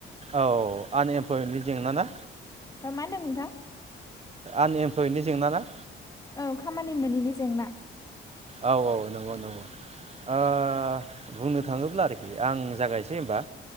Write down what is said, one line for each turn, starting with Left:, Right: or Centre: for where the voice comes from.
Right: औ आनएमप्लयमेन्टनि जेंना ना
Left: मा होनदों नोंथां?
Right: आनएमप्लयडनि जेंना ना?
Left: औ खामानि मोनैनि जेंना।
Right: औ औ नंगौ नंगौ ओ बुंनो थाङोब्ला आरोखि आं जागायनोसै होनबा?